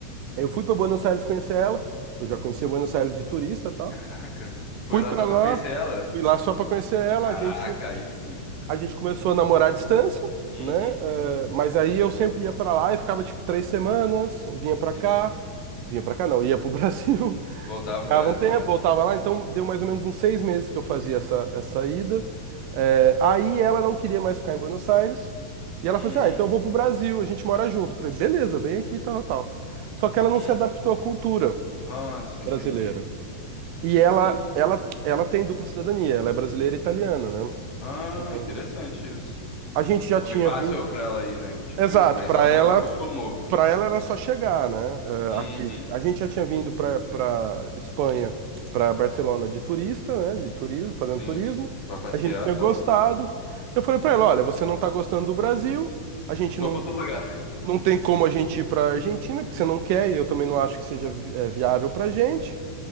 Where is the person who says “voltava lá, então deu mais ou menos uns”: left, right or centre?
Right